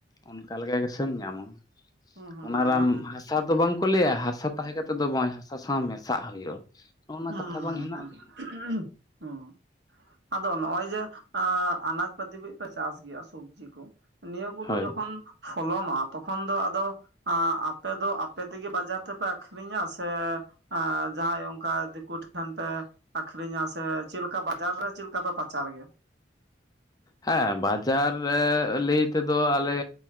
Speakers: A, on the left (about 20°); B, on the right (about 65°).
A: ᱚᱱᱠᱟ ᱞᱮᱠᱟ ᱜᱮ ᱥᱮ ᱧᱟᱢᱟᱢ
B: ᱦᱩᱸ ᱦᱩᱸ
A: ᱚᱱᱟᱨᱮᱟᱢ
B: ᱚᱱᱟ ᱢᱟ
A: ᱦᱟᱥᱟ ᱫᱚ ᱵᱟᱝ ᱠᱚ ᱞᱟᱹᱭᱟ ᱦᱟᱥᱟ ᱛᱟᱦᱮᱸ ᱠᱟᱛᱮᱫ ᱫᱚ ᱵᱟᱝ ᱦᱟᱥᱟ ᱥᱟᱶ ᱢᱮᱥᱟᱜ ᱦᱩᱭᱩᱜᱼᱟ ᱱᱚᱜᱼᱚ
B: <unintelligible>
A: ᱱᱚᱣᱟ ᱠᱟᱛᱷᱟ ᱵᱟᱝ ᱦᱮᱱᱟᱜ ᱟᱠᱟᱫᱟ
B: ᱟᱫᱚ ᱱᱚᱜᱚᱭ ᱡᱮ ᱟᱸ ᱟᱱᱟᱡ ᱯᱟᱛᱤ ᱠᱚᱯᱮ ᱪᱟᱥ ᱜᱮᱭᱟ ᱥᱚᱵᱽᱡᱤ ᱠᱚ ᱱᱤᱭᱟᱹ ᱠᱚᱫᱚ
A: ᱦᱳᱭ
B: ᱡᱚᱠᱷᱚᱱ ᱯᱷᱚᱞᱚᱱᱚᱜᱟ ᱛᱚᱠᱷᱚᱱ ᱫᱚ ᱟᱫᱚ ᱟᱸ ᱟᱯᱮ ᱫᱚ ᱟᱯᱮ ᱛᱮᱜᱮ ᱵᱟᱡᱟᱨ ᱛᱮᱯᱮ ᱟᱠᱷᱨᱤᱧᱟ ᱥᱮ ᱟᱸ ᱡᱟᱦᱟᱸᱭ ᱚᱱᱠᱟᱱ ᱫᱤᱠᱩ ᱴᱷᱮᱱ ᱯᱮ ᱟᱠᱷᱨᱤᱧᱟ ᱥᱮ ᱪᱮᱫ ᱞᱮᱠᱟ ᱵᱟᱡᱟᱨ ᱨᱮ ᱪᱮᱫ ᱞᱮᱠᱟ ᱯᱮ ᱯᱟᱪᱟᱨ ᱜᱮᱭᱟ
A: ᱦᱮᱸ ᱵᱟᱡᱟᱨ ᱨᱮ ᱞᱟᱹᱭ ᱛᱮᱫᱚ ᱟᱞᱮ